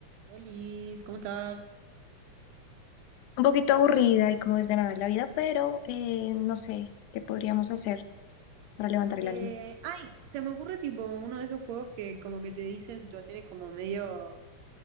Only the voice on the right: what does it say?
Olis, ¿cómo estás?
Eh,
ay, se me ocurre tipo uno de esos juegos que como que te dicen situaciones como medio,